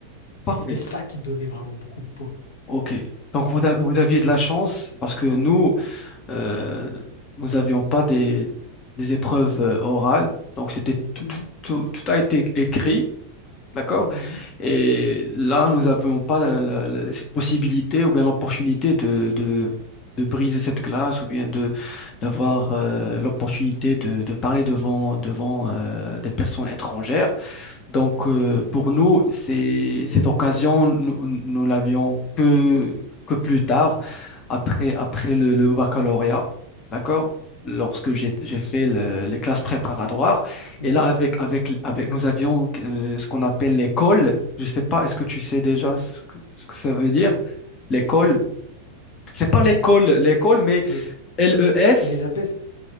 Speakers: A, on the left; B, on the left.
A: Parfait.
B: Et c'était ça qui donnait vraiment beaucoup de points.
A: Ok. Donc vous, a- vous aviez de la chance parce que nous, euh, nous n'avions pas des, des épreuves euh, orales. Donc c'était tout,
B: Mhm,
A: tout- tout- tout a été écrit, d'accord?
B: mhm,
A: Et là, nous n'avions pas la- la- la- cette possibilité ou bien l'opportunité de, de, de briser cette glace ou bien de d'avoir euh, l'opportunité de, de parler devant, devant euh, des personnes étrangères. Donc, euh, pour nous, c'est, cette
B: oh,
A: occasion, nous, nous l'avions que, que plus tard, après, après le, le baccalauréat, d'accord? Lorsque j'ai, j'ai fait le- les classes préparatoires.
B: mhm,
A: Et là, avec,
B: mhm,
A: avec, avec, nous avions euh, ce qu'on appelle l'école.
B: mhm.
A: Je ne sais pas, est-ce que tu sais déjà ce que, ce que ça veut dire? L'école. C'est pas l'école, l'école, mais
B: Les,
A: LES.
B: les appels.